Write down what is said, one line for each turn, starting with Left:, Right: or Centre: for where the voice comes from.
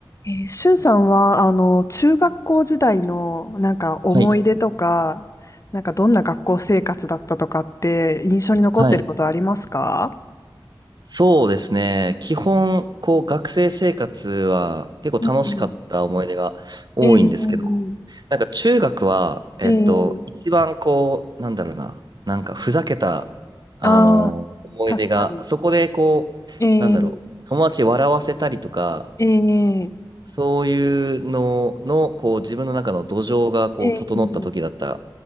Left: えー、しゅんさんは、あの、中学校時代の、なんか思い出とか、
Right: はい。
Left: なんかどんな学校生活だったとかって、印象に残ってることありますか
Right: はい。そうですね。基本、こう、学生生活は結構楽しかった思い出が多いんですけど、
Left: うん、ええ
Right: なんか中学は、えっと、
Left: ええ
Right: 一番こう、なんだろうな、なんかふざけた、あの、
Left: ああ
Right: 思い出が、
Left: ー、確かに。
Right: そこでこう、
Left: ええ
Right: なんだろう、友達笑わせたりとか、
Left: ええ
Right: そういうのの、こう、自分の中の土壌がこう、
Left: えー
Right: 整った時だった